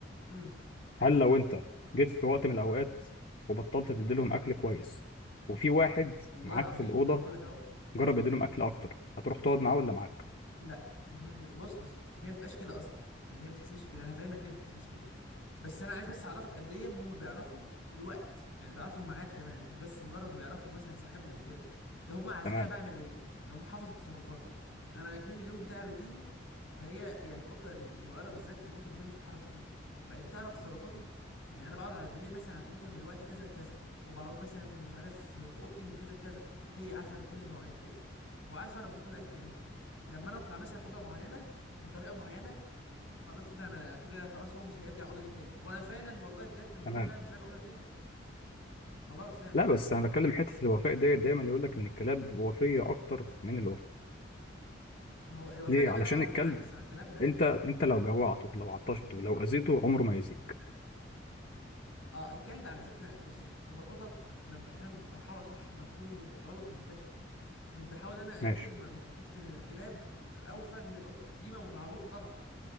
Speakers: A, on the left (about 90°); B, on the left (about 50°).
A: امم
B: هل لو انت جيت في وقت من الاوقات وبطلت تديلهم اكل كويس وفي واحد
A: والله
B: معاك
A: العظيم
B: في الاوضه
A: انا هقول لك اهو
B: جرب
A: انا هقول
B: يديلهم
A: لك اهو
B: اكل اكتر هتروح تقعد معاه ولا معاك
A: لا مش هتحكي بص بص هي ما بتبقاش كده اصلا يعني هي ما بتحسبش كده انا فاهمك ليه ما بتحسبش كده بس انا عايز بس اعرفك قد ايه هم بيعرفوا الوقت يعني بيعرفوا الميعاد كمان مش بس مجرد بيعرفوا مثلا صاحبهم وكده ده هم عارفين
B: تمام
A: انا بعمل ايه يعني هم حافظوا تصرفاتي انا كمان اليوم بتاعي روتيني فهي يعني قطه الصغيره بالذات لان قطه كبيره مش بتتحرك كتير بقت بتعرف تصرفاتي يعني انا بقعد على بالليل مثلا على الكمبيوتر من وقت كذا لكذا وبقعد مثلا مش عارف في اوضتي من كذا لكذا هي عارفه كل المواعيد ديت وعارفه انا بحط لها اكل امتى لما انا اطلع مثلا اوضه معينه بطريقه معينه خلاص كده انا كده خلاص هو مش هيرجع الاوضه دي تاني وانا فعلا والله بجد بكون
B: تمام
A: فعلا مش هرجع الاوضه تاني خلاص فعلا
B: لا بس انا بتكلم حته الوفاء ديت دايما يقول لك ان الكلاب وفيه اكتر من القطط
A: ما هو الوفاء
B: ليه
A: ده بقى
B: علشان
A: طبعا بينعكس
B: الكلب
A: على الكلام ده
B: انت انت لو جوعته لو عطشته لو اذيته عمره ما يأذيك
A: اه الكلب على فكره بص هو القطط انا احيانا بحاول اصحح مفهوم من- غلط منتشر مش بحاول انا
B: ماشي
A: انكر م- في حته ان الكلاب اوفى من القطط دي مو- معروفه طبعا